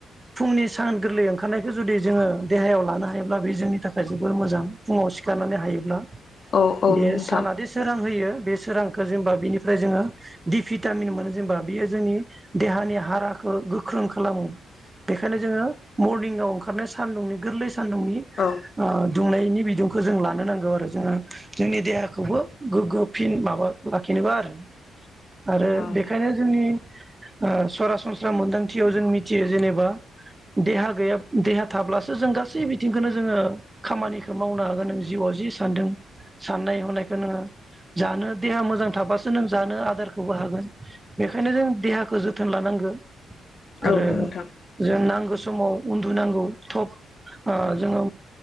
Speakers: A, on the right (about 20°); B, on the left (about 50°).
A: फुंनि सान गोरलै ओंखारनायखौ जुदि जोङो देहायाव लानो हायोब्ला बे जोंनि थाखाय जोबोर मोजां फुङाव सिखारनानै हायोब्ला ।
B: औ औ
A: बे
B: नोंथां
A: सानादि सोरां होयो बे सोरांखौ जेनेबा बिनिफ्राय जोङो दि भिटामिन मोनो जेनेबा बियो जोंनि देहानि हाराखौ गोख्रों खालामो बेखायनो जोङो मर्निंआव <unintelligible> सानदुंनि गोरलै सान्दुंनि
B: औ
A: ओ दुंनायनि बिदुंखौ जों लानो नांगौ आरो जोङो जोंनि देहाखौबो गोग्गो फिन माबा लाखिनोबा आरो आरो
B: औ
A: बेखायनो जोंनि ओ सरासनस्रा मोनदांथियाव जों मिथियो जेनेबा देहा गैयाब देहा थाब्लासो जों गासै बिथिंखौनो जोङो खामानिखौ मावनो हागोन नों जिउआव जि सानदों साननाय हनायखौ नोङो जानो देहा मोजां थाबासो नों जानो आदारखौबो हागोन बेखायनो जों देहाखौ जोथोन लानांगोन । आरो
B: औ नोंथां
A: जों नांगौ समाव उन्दुनांगौ थब ओ जोङो